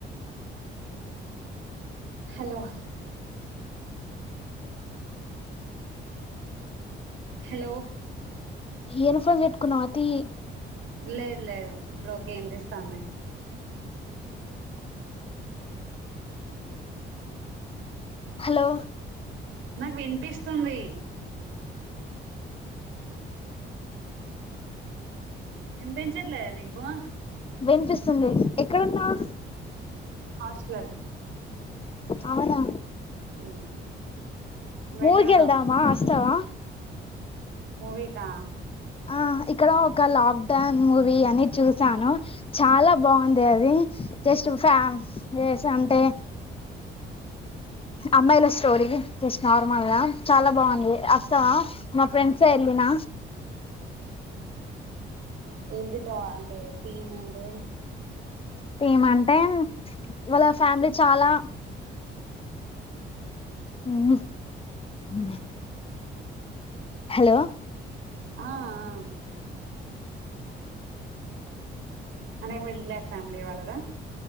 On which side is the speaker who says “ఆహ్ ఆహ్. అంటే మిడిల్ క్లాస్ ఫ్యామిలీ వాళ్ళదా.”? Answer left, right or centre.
Right